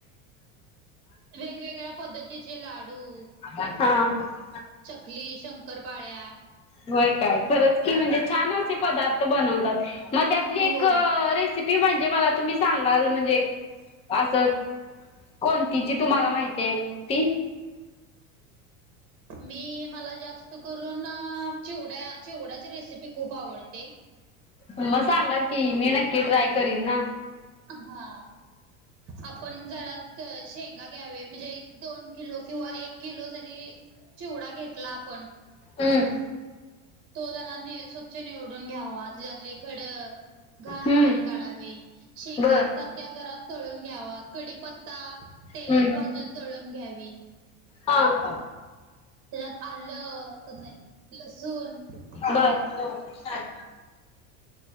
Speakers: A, on the right; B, on the left.
A: वेगवेगळ्या पद्धतीचे लाडू <unintelligible>
B: हा
A: चकली शंकरपाळ्या
B: होय काय खरंच की म्हणजे छान असे पदार्थ बनवतात मग त्यातली
A: हो.
B: एक रेसिपी ती म्हणजे मला तुम्ही सांगाल म्हणजे असं <unintelligible> कोणती जी तुम्हाला माहिती आहे ती
A: मी मला जास्त करून चिवड्या <unintelligible> चीवडाची रेसिपी खूप आवडते
B: मग सांगलं की मी नक्की ट्राय करीन ना <unintelligible>
A: हा आपण जरा शेंगा घ्यावे म्हणजे दोन किलो किंवा एक <unintelligible> केलो जरी चिवडा घेतला आपण
B: हम्म
A: तो जराने निवडून घ्यावा त्यात खड घण
B: हम्म
A: बाहेर काढावे शेंगा
B: बर
A: असतात त्या घरात तळून घ्यावा कडीपत्ता तेलात
B: हम्म
A: भाजून तळून घ्यावी <unintelligible>
B: हा का
A: त्याच्यात आलं लसूण <unintelligible>
B: बर चाल